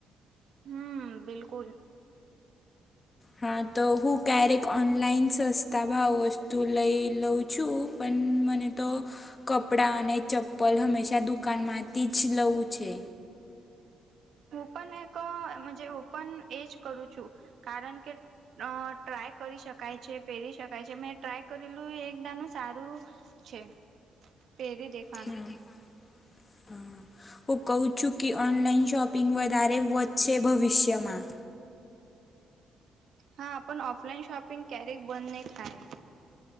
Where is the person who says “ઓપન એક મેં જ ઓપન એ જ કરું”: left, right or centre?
Right